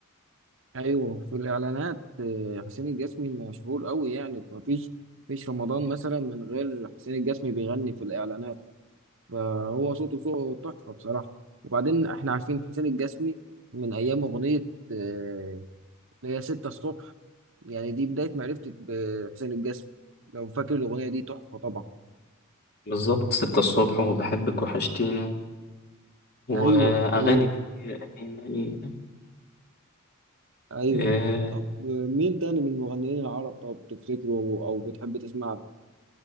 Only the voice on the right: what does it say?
ايوه في الاعلانات آه، حسين الجسمي مشهور قوي يعني ما فيش فيش رمضان مثلا من غير حسين الجسمي بيغني في الاعلانات فهو صوته صوته تحفه بصراحه وبعدين احنا عارفين حسين الجسمي من ايام اغنيه آه، اللي هي ستة الصبح يعني دي بداية معرفتي بحسين الجسمي لو فاكر الأغنية دي تحفة طبعا
أيوه أيوه
أيوه
طب مين تاني من المغنيين العرب طب تفتكره أو أو بتحب تسمع له؟